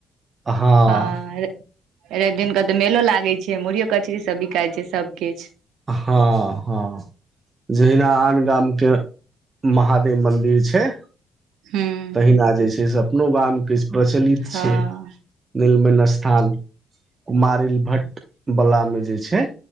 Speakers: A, on the right (about 40°); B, on the right (about 70°).
A: हँ
B: हां। रैवदिन क तऽ मेलो लागै छै मुरहीयो कचरी सब बिकाइ छै सबकिछ।
A: हँ हँ जहिना आन गामके महादेव मन्दिर छै।
B: हूँ
A: तहिना जे छै से अपनो गाम किछ प्रचलित
B: हँ
A: छै। निरस्थान कुमारैल भट्ट वला मे जे छै।